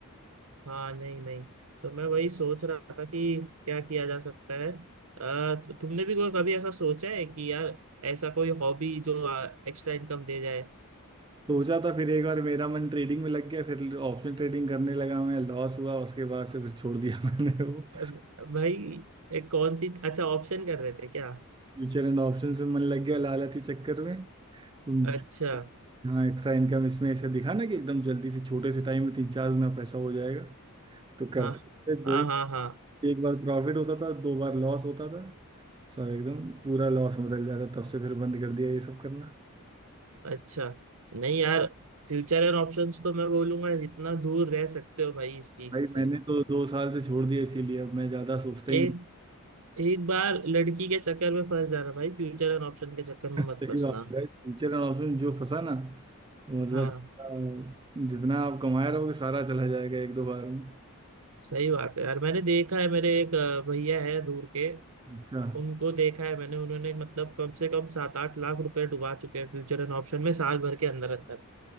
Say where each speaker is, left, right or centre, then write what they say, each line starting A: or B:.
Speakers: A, on the right; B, on the right.
A: हाँ नहीं नहीं तो मैं वही सोच रहा था कि क्या किया जा सकता है आ, तो तुमने भी कोई कभी ऐसा सोचा है कि यार ऐसा कोई हॉबी जो एक्स्ट्रा इनकम दे जाए
B: सोचा था फिर एक बार मेरा मन ट्रेडिंग में लग गया फिर ऑप्शन ट्रेडिंग करने लगा मैं लॉस हुआ उसके बाद से फिर छोड़ दिया <laughs> मैंने वो
A: अब भाई एक कौन सी अच्छा ऑप्शन कर रहे थे क्या
B: फ्यूचर एंड ऑप्शंस में मन लग गया लालची चक्कर में तुम
A: अच्छा
B: हाँ एक्स्ट्रा इनकम इसमें ऐसे दिखा ना कि एकदम जल्दी से छोटे से टाइम में तीन चार गुना पैसा हो जाएगा तो करते
A: हाँ
B: करते
A: हाँ हाँ हाँ
B: एक बार प्रॉफिट होता था दो बार लॉस होता था सब एकदम पूरा लॉस में बदल जाता तब से फिर बंद कर दिया ये सब करना
A: अच्छा नहीं यार फ्यूचर एंड ऑप्शंस तो मैं बोलूंगा जितना दूर रह सकते हो भाई इस चीज
B: भाई
A: से
B: मैंने तो दो साल से छोड़ दिया इसीलिए अब मैं ज्यादा सोचता ही
A: एक
B: नहीं
A: एक बार लड़की के चक्कर में फंस जाना भाई फ्यूचर एंड ऑप्शन के चक्कर में
B: सही
A: मत फंसना
B: बात है टीचर और ऑप्शन में जो फंसा ना तो मतलब
A: हाँ
B: अ, जितना आप कमाए रहोगे सारा चला जाएगा एक दो बार में
A: सही बात है यार मैंने देखा है मेरे एक अ, भैया है दूर के
B: अच्छा
A: उनको देखा है मैंने उन्होंने मतलब कम से कम सात आठ लाख रुपए डुबा चुके हैं फ्यूचर एंड ऑप्शन में साल भर के अंदर अंदर